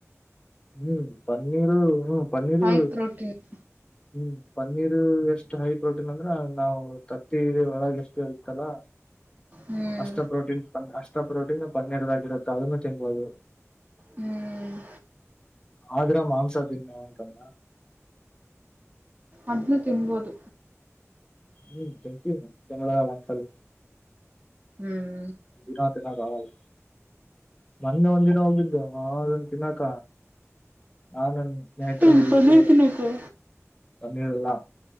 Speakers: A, on the left; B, on the right.
A: ಹ್ಮ್ ಪನ್ನೀರು ಹ್ಮ್ ಪನ್ನೀರು
B: ಹೈ ಪ್ರೋಟೀನ್
A: ಹ್ಮ್ ಪನ್ನೀರ್ ಎಷ್ಟು ಹೈ ಪ್ರೋಟೀನ್ ಅಂದ್ರ ನಾವವು ತತ್ತಿ ಒಳಗೆ ಎಷ್ಟು ಎಲ್ತಲ್ಲ
B: ಹ್ಮ್
A: ಅಷ್ಟ ಪ್ರೋಟೀನ್ ಅಷ್ಟ ಪ್ರೋಟೀನ್ ಪನ್ನೆರದಾಗಿರುತ್ತೆ ಅದನ್ನು ತಿನ್ಬೋದು
B: ಹ್ಮ್
A: ಆದ್ರ ಮಾಂಸ ತಿನ್ನು ನವ ಅಂತಮ್ಮ
B: ಅದನ್ನು ತಿನ್ಬೋದು
A: ಹ್ಮ್ ಚ ಚ ಮಾಸಲು
B: ಹ್ಮ್
A: ದಿನಾ ದಿನಾಗವಲ್ಲ ಮೊನ್ನೆ ಒಂದ್ ದಿನ ಹೋಗಿದ್ದು ಆ ತಿನಾಕ ನಾನನ್ ಸ್ನೇಹಿತರು
B: ಹ್ಮ್ ಪನ್ನೀರ್
A: ಇಬ್ರು
B: ತಿನ್ನೋಕೆ
A: ಬಂದಿಲ್ಲಾ